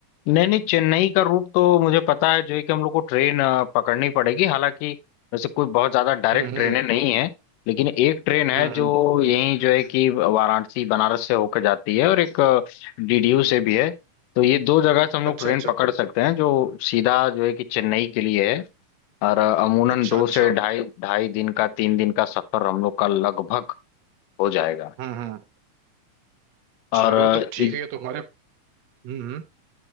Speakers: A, on the left (about 85°); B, on the right (about 75°).
A: नहीं नहीं चेन्नई का रूट तो मुझे पता है जो है कि हम लोग को ट्रेन अ, पकड़नी पड़ेगी हालांकि वैसे कोई बहुत ज्यादा डायरेक्ट
B: हम्म
A: ट्रेनें
B: हम्म
A: नहीं है लेकिन एक ट्रेन है
B: हम्म
A: जो
B: हम्म।
A: यहीं जो है कि वाराणसी बनारस से होकर जाती है और एक डीडीयू से भी है तो ये दो जगह से हम लोग
B: अच्छा
A: ट्रेन
B: अच्छा
A: पकड़ सकते हैं जो सीधा जो है कि चेन्नई के लिए है और अ, अमूनन
B: अच्छा
A: दो
B: अच्छा
A: से ढाई ढाई दिन का तीन दिन का सफर हम लोग का लगभग हो जाएगा
B: हम्म हम्म
A: और
B: चलो
A: अ,
B: तब
A: इ,
B: ठीक है ये तो हमारे हम्म हम्म।